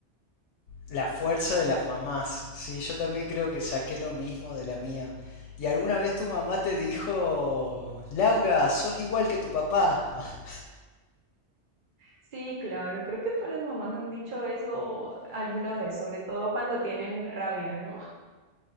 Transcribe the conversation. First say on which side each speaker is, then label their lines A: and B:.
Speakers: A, on the left; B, on the right.
A: La fuerza de las mamás. Sí, yo también creo que saqué lo mismo de la mía. ¿Y alguna vez tu mamá te dijo, Laura, sos igual que tu papá? <laughs>
B: Sí, claro, creo que todas las mamás han dicho eso alguna vez, sobre todo cuando tienen rabia, ¿no?